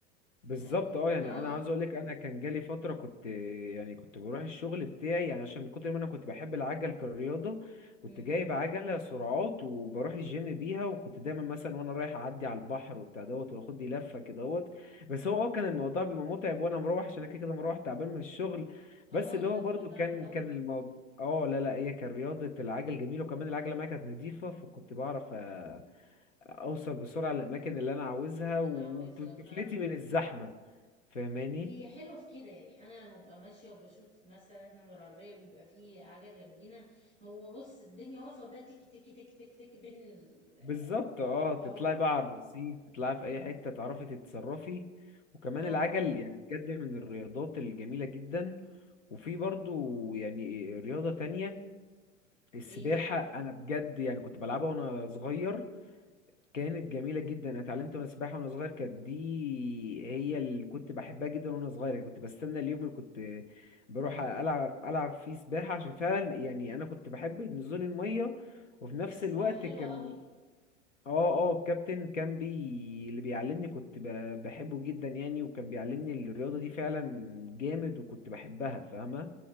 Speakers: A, on the left; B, on the left.
A: بالظبط
B: يعني
A: اه يعني
B: اه
A: انا عاوز اقول لك انا كان جالي فتره كنت يعني كنت بروح الشغل بتاعي يعني عشان من كتر ما انا كنت بحب العجل كرياضه كنت
B: مم.
A: جايب عجله سرعات وبروح الجيم بيها وكنت دايما مثلا وانا رايح اعدي على البحر وبتاع دوت واخد لي لفه كده دوت بس هو اه كان الموضوع بيبقى متعب وانا مروح عشان انا كده كده مروح تعبان من الشغل
B: اه
A: بس اللي
B: لا
A: هو
B: بيبقى
A: برضو
B: تعب
A: كان
B: قوي
A: كان الموضوع اه لا لا هي كان رياضه العجل جميله وكمان العجله معايا كانت نضيفه فكنت بعرف أ- اوصل بسرعه للاماكن اللي انا عاوزها
B: انا
A: وتفلتي
B: عاوزة افهم
A: من الزحمه فاهماني
B: هي حلوة في كده يعني انا لما ببقى ماشية وبشوف مثلا احنا من العربية بيبقى فيه عجل جنبينا هو بص الدنيا واقفة وده تك تك تك تك تك بين ال
A: بالظبط اه تطلعي
B: اه
A: بقى على الرصيف تطلعي في اي حته تعرفي تتصرفي وكمان
B: اه
A: العجل يعني بجد من الرياضات الجميله جدا وفي برضو يعني رياضه تانية
B: مم.
A: السباحه
B: ايه هي
A: انا بجد يعني كنت بلعبها وانا صغير كانت جميله جدا انا اتعلمت وانا سباحه وانا صغير كانت دي هي اللي كنت بحبها جدا وانا صغير يعني كنت بستنى اليوم اللي كنت بروح
B: اه
A: العب العب فيه سباحه عشان فعلا يعني انا كنت بحب نزول الميه وفي
B: هي
A: نفس
B: السباحة
A: الوقت
B: حلوة
A: كان
B: قوي
A: اه اه الكابتن كان بي اللي بيعلمني كنت ب... بحبه جدا يعني وكان بيعلمني الرياضة دي فعلا جامد وكنت بحبها فاهمة